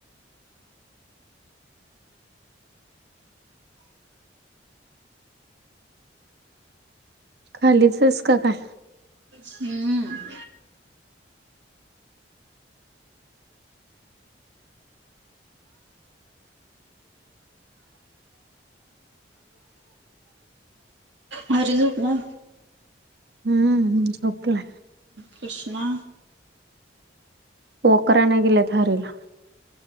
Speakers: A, on the right; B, on the right.
A: खालीचस का काय?
B: हम्म. हरी झोपला?
A: हम्म झोपलाय.
B: कृष्णा.
A: वोकर आणायला गेलेत हरीला.